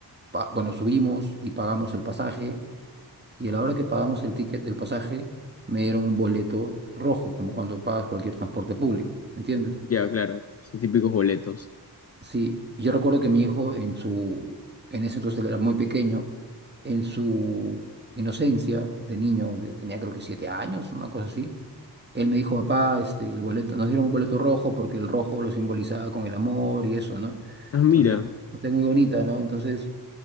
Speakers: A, on the right; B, on the left.
A: pa- bueno, subimos y pagamos el pasaje y a la hora que pagamos el ticket del pasaje me dieron un boleto rojo, como cuando pagas cualquier transporte público, ¿entiendes?
B: Ya, claro, esos típicos boletos.
A: Sí, yo recuerdo que mi hijo en su, en ese entonces él era muy pequeño, en su inocencia de niño, de- tenía creo que siete años, una cosa así, él me dijo, papá, este, el boleto, nos dieron un boleto rojo porque el rojo lo simbolizaba con el amor y eso, ¿no?
B: Ah,
A: Entonces,
B: mira,
A: parte muy bonita, ¿no? Entonces,